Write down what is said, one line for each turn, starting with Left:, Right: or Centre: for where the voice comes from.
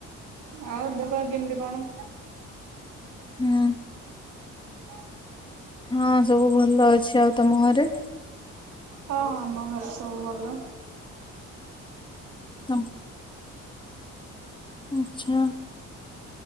Right: ଆଉ ଦପ କେମିତି କଣ?
Left: ହୁଁ
Right: ଆ <inaudible>
Left: ହଁ ସବୁ ଭଲ ଅଛି ଆଉ ତମ ଘରେ?
Right: ହଁ ଆମ ଘରେ ସବୁ ଭଲ।
Left: ତମ ଆଛା।